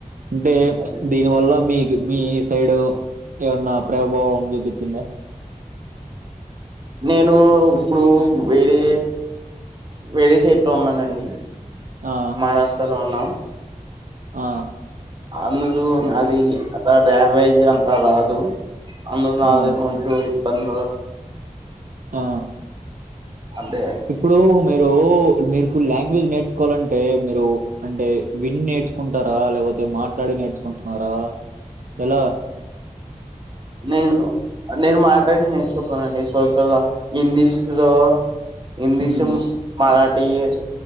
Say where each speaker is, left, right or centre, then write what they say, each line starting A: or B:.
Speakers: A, on the right; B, on the right.
A: అంటే
B: అదే
A: దీని వల్ల మీ మీ సైడ్ ఏమన్నా ప్రభావం చూపించింది
B: నేను ఇప్పుడు వేరే వేరే చేట్లో ఉన్నానండి
A: ఆ
B: మారాష్ట్రలో ఉన్నాం
A: ఆ
B: అన్న నాది అత డ్యామేజ్ అంత రాదు అన్న నాది
A: ఆ
B: ఉంచూ పంద
A: ఆ
B: అంటే
A: ఇప్పుడు మీరు మీరుకు లాంగ్వేజ్ నేర్చుకోవాలంటే మీరు అంటే విని నేర్చుకుంటారా లేకపోతే మాట్లాడి నేర్చుకుంటున్నారా ఎలా
B: నేను నేను మాట్లాడి నేర్చుంటానండి సోచ ఇంగ్లీష్ లో ఇంగ్లీష
A: హ్మ్
B: మరాఠ అ